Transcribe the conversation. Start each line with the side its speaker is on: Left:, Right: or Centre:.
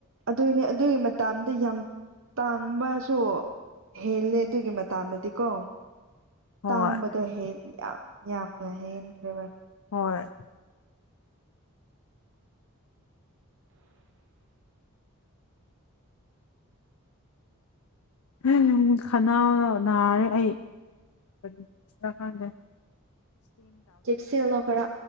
Right: ꯑꯗꯨꯏꯅꯦ ꯑꯗꯨꯒꯤ ꯃꯇꯝꯗ ꯌꯥꯝ ꯇꯥꯡꯕꯁꯨ ꯍꯦꯜꯂꯦ ꯑꯗꯨꯒꯤ ꯃꯇꯥꯝꯗꯗꯤ ꯀꯣ
Left: ꯍꯣꯏ
Right: ꯇꯥꯡꯕꯗꯣ ꯍꯦꯛ ꯌꯥꯝ ꯌꯥꯝꯅ ꯍꯦꯟꯈ꯭ꯔꯦꯕ
Left: ꯍꯣꯏ ꯎꯪꯎꯪ ꯈꯅꯥꯎꯅ ꯅꯥꯔꯦ ꯑꯩ UNINTELLIGIBLE
Right: ꯆꯦꯛꯁꯤꯜꯂꯣ ꯈꯔ